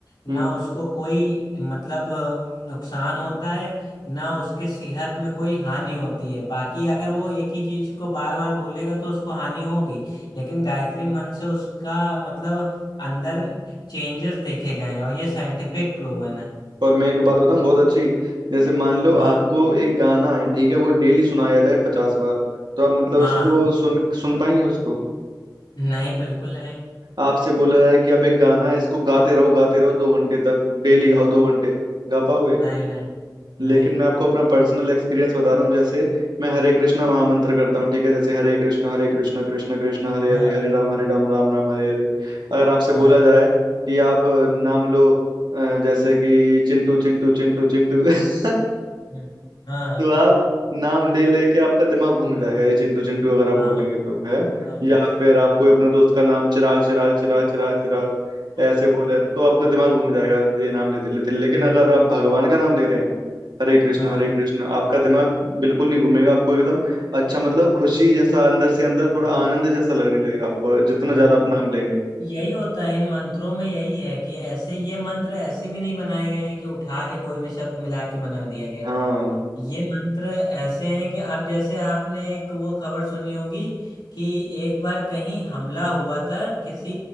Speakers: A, on the left; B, on the right.
A: ना
B: हम्म
A: उसको कोई मतलब अ, नुकसान होता है ना उसके सेहत में कोई हानि होती है बाकी अगर वो एक ही चीज को बार बार बोलेगा तो उसको हानि होगी लेकिन गायत्री मंत्र से उसका मतलब अंदर चेंजेस देखे गए हैं और ये साइंटिफिक प्रूवन है
B: और मैं एक बात बताऊं बहुत अच्छी जैसे मान लो
A: हाँ
B: आपको एक गाना है ठीक है वो डेली सुनाया जाए पचास बार तो आप मतलब
A: हाँ
B: उसको सुन सुन पाएंगे उसको
A: नहीं बिल्कुल नहीं
B: आपसे बोला जाए कि आप एक गाना है इसको गाते रहो गाते रहो दो घंटे तक डेली
A: नहीं
B: गाओ दो घंटे गा पाओगे
A: नहीं नहीं नहीं
B: लेकिन मैं आपको अपना पर्सनल एक्सपीरियंस बता रहा हूँ जैसे मैं हरे कृष्णा महामंत्र करता हूँ ठीक है जैसे हरे कृष्णा हरे कृष्णा कृष्णा कृष्णा हरे
A: हाँ
B: हरे हरे राम हरे राम राम राम हरे हरे अगर आपसे
A: हाँ
B: बोला जाए कि आप नाम लो अ, जैसे कि चिंटू चिंटू चिंटू चिंटू <laughs>
A: हाँ हाँ हाँ
B: तो आप नाम ले लेके आपका दिमाग घूम जाएगा ये चिंटू चिंटू अगर आप
A: हाँ
B: बोलेंगे तो है
A: हाँ।
B: या फिर आप कोई अपने दोस्त का नाम चिराग चिराग चिराग चिराग चिराग
A: हाँ
B: ऐसे बोले तो आपका दिमाग घूम जाएगा ये नाम लेते लेते लेकिन
A: हम्म,
B: अगर आप भगवान का नाम ले रहे हैं हरे कृष्ण
A: हाँ
B: हरे कृष्ण आपका दिमाग बिल्कुल नहीं घूमेगा आपको एकदम अच्छा मतलब खुशी जैसा अंदर से अंदर थोड़ा
A: नहीं,
B: आनंद जैसा लगने लगेगा आपको जितना
A: हाँ
B: ज्यादा आप नाम लेंगे
A: यही होता है इन मंत्रों में यही है कि ऐसे ये मंत्र ऐसे भी नहीं बनाए गए हैं कि उठा के कोई भी शब्द मिला के बना दिया गया है।
B: हाँ
A: ये मंत्र ऐसे हैं कि अब जैसे आपने एक वो खबर सुनी होगी कि एक बार कहीं हमला हुआ था किसी